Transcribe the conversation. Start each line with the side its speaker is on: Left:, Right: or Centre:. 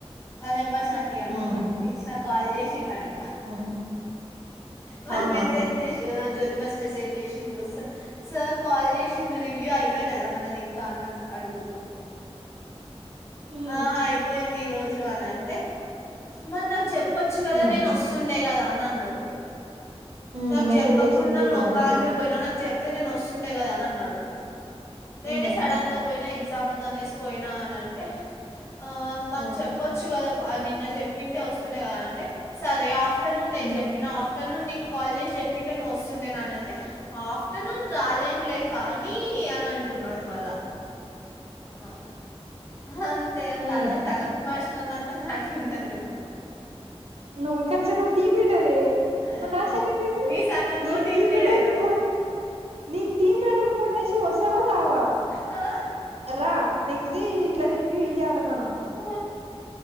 Left: వాళ్ళ నెంబర్స్. నాకు ఇయ్యని
Right: ఉమ్
Left: అన్నాడు ఇచ్చినాక. కాల్ చేసిండంట.
Right: ఉమ్.
Left: వాళ్లు
Right: అవునా
Left: మెసేజ్ జేసి ఇవాన జ్యోతి బస్ మెసేజ్ చేసిండు అసలు సర్ కాల్ చేసిండు దివ్య అయిపోలేదా ఇంకా మనది అంటున్నాడు. అడుగుతుండు.
Right: ఉమ్
Left: ఆ అయిపోయింది. రోజు అని అంటే మరి నాకు చెప్ చెప్పొచ్చు కదా
Right: ఉమ్
Left: నేను వస్తుండే కదా అని అన్నాడు.
Right: ఉమ్
Left: నాకు
Right: మెసేజ్
Left: చెప్పకుండా
Right: చేసింది చూడలేదంటనా
Left: నువ్వు ఒక్కదానివే పోయినవ్ నాకు జెప్ అయితే నేను వస్తుండే కదా అన్నాడు. నేనే
Right: ఉమ్
Left: సడన్గా బో పోయిన ఎగ్జామ్ ఉందనేసి పోయినా అని అంట్ టే ఆమెకు
Right: ఉమ్
Left: చెప్పొచ్చు కదా బా నిన్న చెప్పి ఉంటే వస్తుండే కదా అంటే సరే ఆఫ్ట ఫ్టర్నూన్ నేను
Right: ఉమ్
Left: చెప్పిన. ఆఫ్ ఆఫ్టర్నూన్ నీకు కాల్ చేసి చెప్పింటే నువ్వు వస్తుండేన అన అంటే ఆఫ్టర్నూన్ రాలేంలే కానీ అని అంటున్నాడు మళ్ళా ఆ, అంతే
Right: హ్మ్
Left: తల తలకం మాష్నోలంతా నా టీం లోనే ఉన్నారు
Right: నువ్వు తనూజ నువ్వు టీం లీడ్ సరే
Left: ఆ,
Right: మరి నా సంగతి ఏంది
Left: నీ సంగతి
Right: నేను
Left: నువ్వు
Right: టీం
Left: లీడ్
Right: లీడర్
Left: అయినావు
Right: కి ఫోన్ నేను టీం లీడర్ ఫోన్ చేసి వస్తావా రావా
Left: ఆ,
Right: రా నెక్స్ట్ డే ఇట్లా రివ్యూ ఇయ్యాల మనం
Left: ఆ,